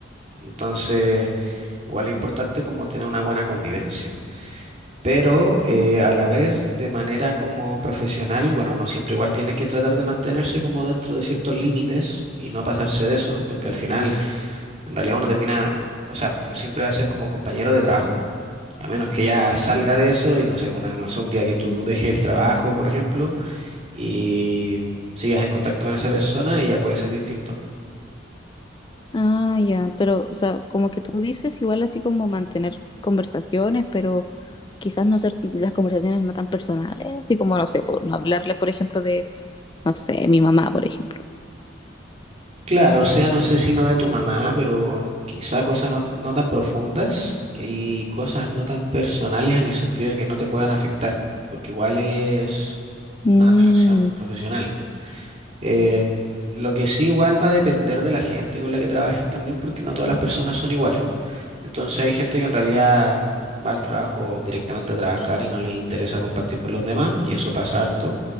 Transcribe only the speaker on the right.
Entonces, igual es importante como tener una buena convivencia. Pero eh, a la vez, de manera como profesional, bueno, uno siempre igual tiene que tratar de mantenerse como dentro de ciertos límites y no pasarse de eso, porque al final, en realidad uno termina, o sea, uno siempre va a ser como compañero de trabajo. A menos que ya salga de eso y no sé, una, no sé, un día que tú dejes el trabajo, por ejemplo, y sigas en contacto con esa persona y ya puede ser distinto.
Claro, o sea, no sé si no de tu mamá, pero quizá cosas no, no tan profundas y cosas no tan personales en el sentido de que no te puedan afectar, porque igual es
una relación profesional. Em, lo que sí igual va a depender de la gente con la que trabajes también, porque no todas las personas son iguales. Entonces hay gente que en realidad va al trabajo directamente a trabajar y no les interesa compartir con los demás, y eso pasa harto.